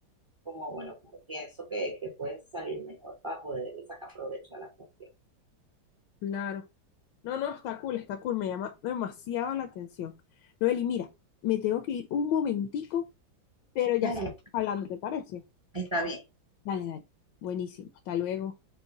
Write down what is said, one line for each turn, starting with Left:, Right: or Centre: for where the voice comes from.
Right: como bueno, como pienso que, que puedes salir mejor para poderle sacar provecho a la cuestión.
Left: Claro. No, no, está cool, está cool. Me llama demasiado la atención. Noeli, mira, me tengo que ir un momentico pero ya
Right: Vale,
Left: seguimos hablando, ¿te parece?
Right: está bien.
Left: Dale, dale. Buenísimo. Hasta luego.